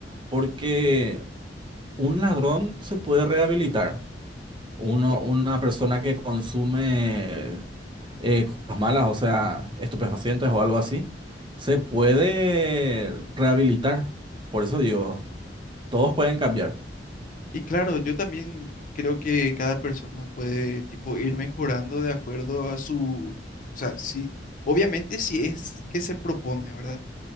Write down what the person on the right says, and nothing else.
Porque un ladrón se puede rehabilitar. Uno,
una persona que consume eh, cosas malas, o sea, estupefacientes o algo así, se puede rehabilitar. Por eso digo, todos pueden cambiar.